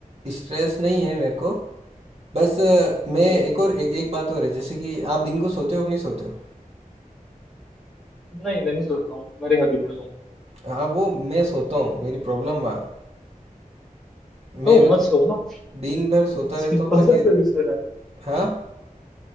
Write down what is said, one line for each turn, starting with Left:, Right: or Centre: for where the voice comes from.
Right: स्ट्रेस नहीं है मेरे को बस अ, मैं
Centre: तो
Right: एक और एक, एक बात और है जैसे कि आप दिन को सोते हो कि नहीं सोते हो
Centre: नहीं मैं नहीं सोता हूँ मेरे हैबिट में है।
Right: हाँ वो मैं सोता हूँ मेरी प्रॉब्लम वहाँ है। मैं
Centre: तो
Right: मतलब
Centre: मत सो ना
Right: दिन भर सोता रहता
Centre: सिंपल
Right: हूँ ताकि
Centre: सा सोल्यूशन है
Right: हाँ